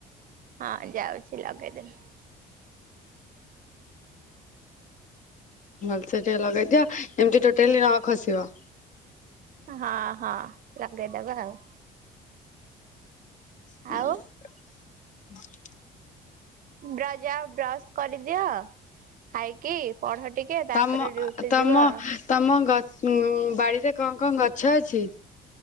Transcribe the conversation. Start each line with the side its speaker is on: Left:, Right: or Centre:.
Right: ହଁ ଯାଉଚି ଲଗେଇଦେମି।
Left: ଭଲସେ ଟିକେ ଲଗେଇଦିଅ ଯେମତି ଟୋଟାଲି ନ ଖସିବ।
Right: ହଁ ହଁ ଲଗେଇଦବା ଆଉ।
Left: ହ
Right: ଆଉ ବ୍ର ଯାଅ ବ୍ରସ କରିଦିଅ। ଖାଇକି ପଢ ଟିକେ ତାପରେ
Left: ତମ
Right: ଡ୍ୟୁଟି
Left: ତମ
Right: ଯିବ ଆ।
Left: ତମ ଗ ଉଁ ବାଡିରେ କଣ କଣ ଗଛ ଅଛି?